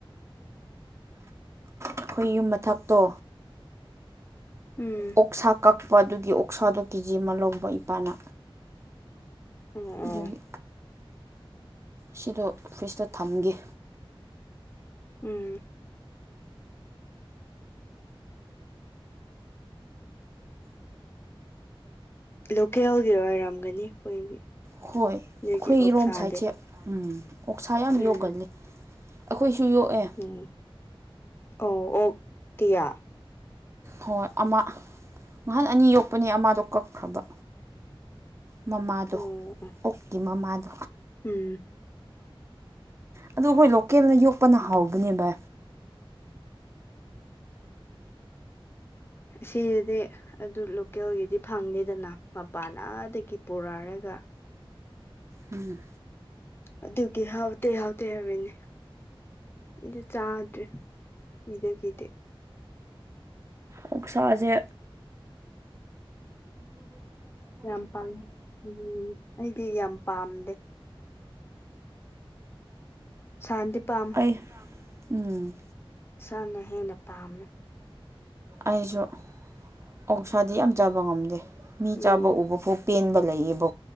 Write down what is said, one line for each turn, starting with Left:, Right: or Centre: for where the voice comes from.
Right: ꯑꯩꯈꯣꯏ ꯌꯨꯝ ꯃꯊꯛꯇꯣ
Left: ꯎꯝ
Right: ꯑꯣꯛꯁꯥ ꯀꯛꯄ ꯑꯗꯨꯒꯤ ꯑꯣꯛꯁꯥꯗꯣ ꯀꯦ ꯖꯤ ꯑꯃ ꯂꯧꯕ ꯏꯄꯥꯅ
Left: ꯑ
Right: ꯑꯗꯨꯒꯤ
Left: ꯑ
Right: ꯁꯤꯗꯣ ꯐ꯭ꯔꯤꯖꯇ ꯊꯝꯒꯦ
Left: ꯎꯝ ꯂꯣꯀꯦꯜꯒꯤ ꯑꯣꯏꯔꯝꯒꯅꯤ ꯑꯩꯈꯣꯏꯒꯤ
Right: ꯍꯣꯏ ꯑꯩꯈꯣꯏ
Left: ꯅꯣꯏꯒꯤ ꯑꯣꯛꯁꯥꯗꯤ
Right: ꯏꯔꯣꯝ ꯁꯥꯏꯠꯁꯦ ꯎꯝ ꯑꯣꯛꯁꯥ ꯌꯥꯝ
Left: ꯎꯝ
Right: ꯌꯧꯒꯜꯂꯦ ꯑꯩꯈꯣꯏ ꯁꯣꯛ ꯑꯦ
Left: ꯎꯝ ꯑꯣ ꯑꯣꯀꯌꯥ
Right: ꯍꯣꯏ ꯑꯃ ꯉꯍꯥꯟ ꯑꯅꯤ ꯌꯣꯛꯄꯅꯦ ꯑꯃꯗꯣ ꯀꯛꯈ꯭ꯔꯕ ꯃꯃꯥꯗꯣ
Left: ꯑꯣ ꯑꯣ
Right: ꯑꯣꯀꯤ ꯃꯃꯥꯗ
Left: ꯎꯝ
Right: ꯑꯗꯨ ꯑꯩꯈꯣꯏ ꯂꯣꯀꯦꯜꯅ ꯌꯣꯛꯄꯅ ꯍꯥꯎꯕꯅꯦꯕ
Left: ꯁꯤꯗꯗꯤ ꯑꯗꯨ ꯂꯣꯀꯦꯜꯒꯤꯗꯤ ꯐꯪꯅꯤꯦꯗꯅ ꯃꯄꯥꯟ ꯇꯒꯤ ꯄꯨꯔꯛꯔꯒ
Right: ꯎꯝ
Left: ꯑꯗꯨꯒꯤ ꯍꯥꯎꯇꯦ ꯍꯥꯎꯇꯦ ꯍꯥꯏꯋꯦꯅꯦ ꯑꯩꯗꯤ ꯆꯥꯗ꯭ꯔꯦ ꯤꯗꯈꯤꯗꯤ
Right: ꯑꯣ ꯁꯥꯥꯥꯁꯦ
Left: ꯌꯥꯝ ꯄꯥꯝ ꯎꯝ ꯑꯩꯗꯤ ꯌꯥꯝ ꯄꯥꯝꯗꯦ ꯁꯥꯟꯇꯤ ꯄꯥꯝ
Right: ꯑꯩ ꯎꯝ
Left: ꯏꯁꯥꯅ ꯍꯦꯟꯅ ꯄꯥꯝꯃꯦ
Right: ꯑꯩꯁꯨ ꯑꯣꯛꯁꯥꯗꯤ ꯌꯥꯝ ꯆꯥꯕ ꯉꯝꯗꯦ ꯃꯤ
Left: ꯎꯝ
Right: ꯆꯥꯕ ꯎꯕ ꯐꯥꯎ ꯄꯦꯟꯕ ꯂꯩꯌꯦꯕ